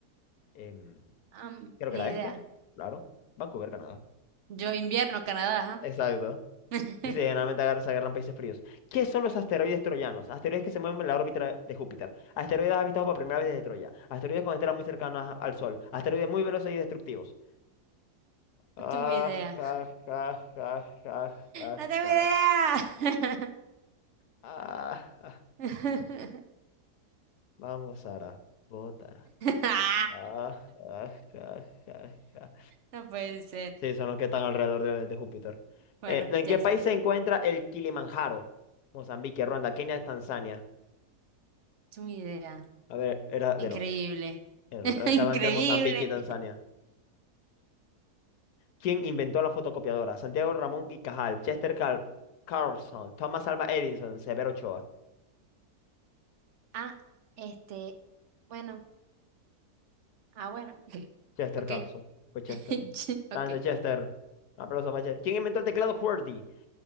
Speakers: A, on the left; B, on the right.
A: Em,
B: Am,
A: creo
B: ni
A: que era
B: idea.
A: este. Claro. Vancouver, Canadá.
B: Yo invierno, Canadá,
A: Exacto.
B: ¿ah? <laughs>
A: Dice, generalmente agar- se agarran países fríos. ¿Qué son los asteroides troyanos? Asteroides que se mueven en la órbita de Júpiter. Asteroides habitados por primera vez desde Troya. Asteroides con estrellas muy cercanas al Sol. Asteroides muy veloces y destructivos. Ah,
B: No tengo idea.
A: ja, ja, ja, ja, ja,
B: No tengo
A: ja.
B: idea.
A: Ah, ja.
B: <laughs>
A: Vamos, Sara. Bota.
B: Ah,
A: Ah, ja, ja, ja, ja.
B: No puede ser.
A: Sí, son los que están alrededor de, de Júpiter.
B: Bueno,
A: Eh, ¿en
B: ya
A: qué país
B: sé.
A: se encuentra el Kilimanjaro? Mozambique, Ruanda, Kenia, Tanzania.
B: Es una idea.
A: A ver, era del
B: Increíble.
A: otro. En El
B: <laughs>
A: otro
B: Increíble.
A: estaba entre Mozambique y Tanzania. ¿Quién inventó la fotocopiadora? Santiago Ramón y Cajal, Chester Car- Carlson, Thomas Alva Edison, Severo Ochoa.
B: Ah, este. Bueno. Ah, bueno. <laughs>
A: Chester
B: Ok.
A: Carlson. Pues Chester.
B: <laughs> Ch- Ok.
A: Grande Chester. Aplausos para Chester. ¿Quién inventó el teclado QWERTY?